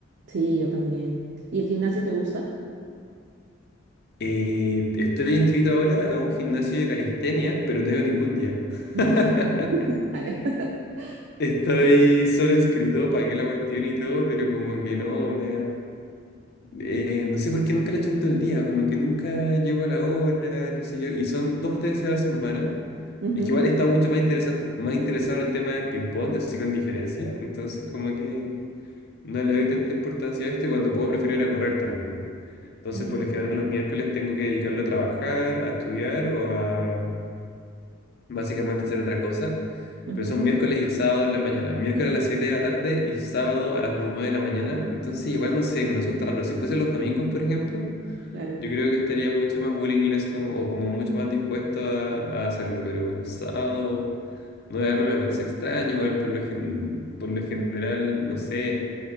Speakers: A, on the right (about 55°); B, on the left (about 55°).
A: sí, yo también. ¿Y el gimnasio te gusta?
B: Eh, estoy inscrito ahora a un gimnasio de calistenia, pero no iba ningún día.
A: <laughs>
B: <laughs>
A: Ah, ya. <laughs>
B: Estoy solo inscrito, pagué la cuestión y todo, pero como que no, me, Eh, no sé por qué nunca le echo en todo el día, como que nunca llego a la hora, qué sé yo, y son dos veces a la semana.
A: Ujú.
B: Es que igual he estado mucho más interesante, más interesado en el tema del ping-pong, así con diferencia, entonces como que no le doy tanta importancia a esto y cuando puedo prefiero ir a correr también. Entonces
A: Ah,
B: por lo general los miércoles tengo que dedicarlo a trabajar, a estudiar o a básicamente hacer otra cosa,
A: Ujú,
B: pero son miércoles y sábado en la mañana, miércoles a las 7 de la tarde y sábado a las 9 de la mañana, entonces igual no sé, me resulta raro. Si fuese los domingos, por ejemplo.
A: Claro,
B: Yo creo que estaría mucho más willingless como, o como mucho más dispuesto a, a hacerlo, pero sábado 9 me parece extraño, igual por lo, gen- por lo general, no sé,